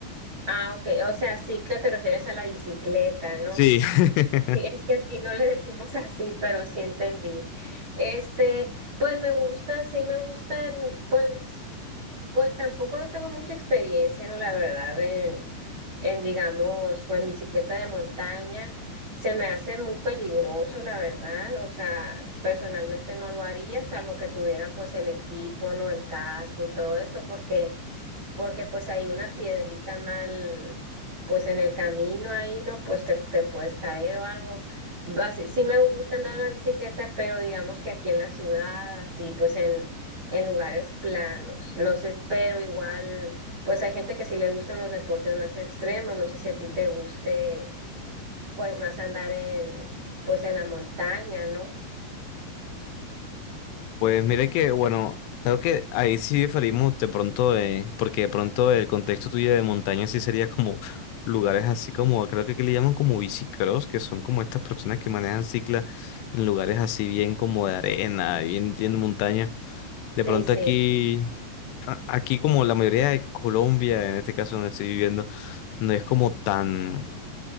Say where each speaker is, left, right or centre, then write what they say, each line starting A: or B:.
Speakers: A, on the right (about 70°); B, on the left (about 80°).
A: Ah, ok, o sea, cicla te refieres a la bicicleta, ¿no?
B: Sí. <laughs>
A: Sí, es que aquí no le decimos así, pero sí entendí. Este, pues me gusta, sí me gustan, pues. Pues tampoco no tengo mucha experiencia, ¿no? La verdad, en, en, digamos, con bicicleta de montaña. Se me hace muy peligroso, la verdad. O sea, personalmente no lo haría, salvo que tuviera pues el equipo, ¿no? El casco y todo eso, porque porque pues hay una piedrita mal, pues en el camino ahí, ¿no? Pues te, te puedes caer o algo. Basi- sí sí me gusta andar en la bicicleta, pero digamos que aquí en la ciudad, así, pues en, en lugares planos, no sé, pero igual, pues hay gente que sí le gustan los deportes más extremos, no sé si a ti te guste, pues más andar en, pues en la montaña, ¿no?
B: Pues mire que, bueno, creo que ahí sí diferimos de pronto, eh, porque de pronto el contexto tuyo de montaña sí sería como lugares así como, creo que aquí le llaman como bicicross, que son como estas personas que manejan cicla en lugares así bien como de arena, bien, bien de montaña. De pronto
A: Sí, sí.
B: aquí... a- aquí como la mayoría de Colombia, en este caso donde estoy viviendo, no es como tan,